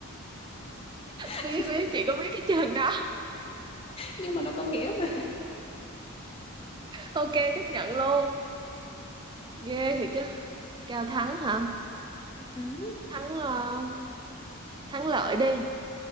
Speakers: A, on the left; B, on the right.
A: <laughs>
B: biết biết chị có biết cái trường đó
A: Nhưng mà nó có nghĩa mà.
B: ok chấp nhận luôn ghê thiệt chứ cao thắng hả
A: Thắng.
B: thắng ờ, thắng lợi đi